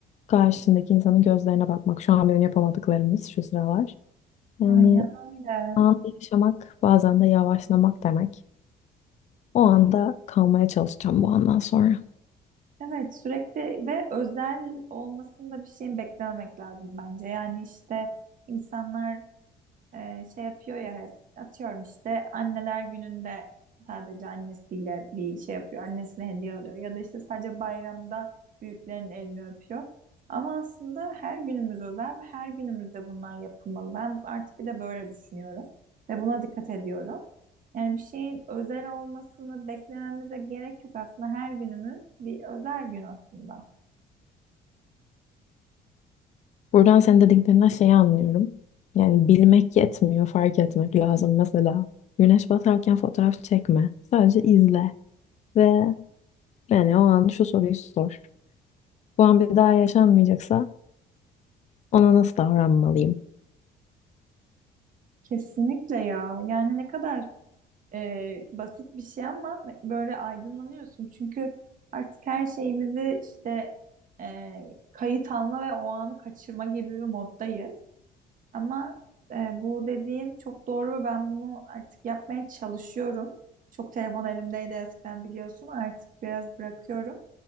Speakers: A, on the left; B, on the right.
A: karşındaki insanın gözlerine bakmak. Şu an benim yapamadıklarımız şu sıralar. Yani
B: Aynen öyle.
A: anı yaşamak bazen de yavaşlamak demek. O anda kalmaya çalışacağım bu andan sonra.
B: Evet sürekli ve özel olmasında bir şeyin beklememek lazım bence. Yani işte insanlar e, şey yapıyor ya hep atıyorum işte anneler gününde sadece annesiyle bir şey yapıyor. Annesine hediye alıyor ya da işte sadece bayramda büyüklerin elini öpüyor. Ama aslında her günümüz özel ve her günümüzde bunlar yapılmalı. Ben artık bir de böyle düşünüyorum ve buna dikkat ediyorum. Yani bir şeyin özel olmasını beklememize gerek yok aslında. Her günümüz bir özel gün aslında.
A: Buradan senin dediklerinden şeyi anlıyorum. Yani bilmek yetmiyor, fark etmek lazım. Mesela güneş batarken fotoğraf çekme. Sadece izle ve yani o an şu soruyu sor. Bu an bir daha yaşanmayacaksa ona nasıl davranmalıyım?
B: Kesinlikle ya. Yani ne kadar e, basit bir şey ama böyle aydınlanıyorsun. Çünkü artık her şeyimizi işte e, kayıt alma ve o anı kaçırma gibi bir moddayız. Ama e, bu dediğin çok doğru ve ben bunu artık yapmaya çalışıyorum. Çok telefon elimdeydi eskiden biliyorsun. Artık biraz bırakıyorum.